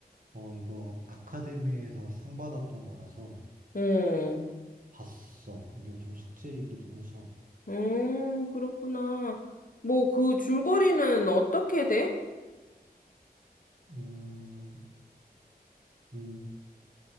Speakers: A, on the right; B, on the left.
A: 어, 이거 아카데미에서 상 받았던 거라서
B: 어,
A: 봤어. 이게 좀 숙제이기도 해서.
B: 어, 그렇구나. 뭐 그 줄거리는 어떻게 돼?
A: 음, 이